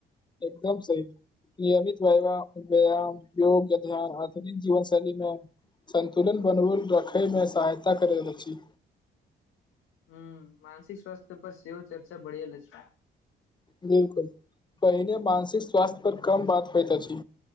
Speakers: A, on the left; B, on the left.
A: एकदम सही नियमित व्याया- व्यायाम योग ध्यान आधुनिक जीवन शैलीमे सन्तुलन बनबै रखैमे सहायता करैत अछि
B: हूँ मानसिक स्वास्थ्य पर सेहो चर्चा बढ़ल अछि
A: बिल्कुल पहिने मानसि- -क स्वास्थ्य पर कम बात होइत अछि